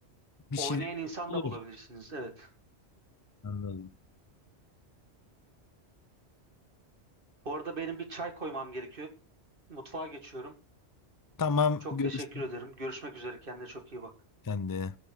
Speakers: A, on the left; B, on the right.
A: bir
B: Oynayan
A: şeyler
B: insan
A: bulur.
B: da bulabilirsiniz evet.
A: Anladım.
B: Bu arada benim bir çay koymam gerekiyor. Mutfağa geçiyorum.
A: Tamam,
B: Çok
A: görüşürüz.
B: teşekkür ederim. Görüşmek üzere. Kendine çok iyi bak.
A: Sen de.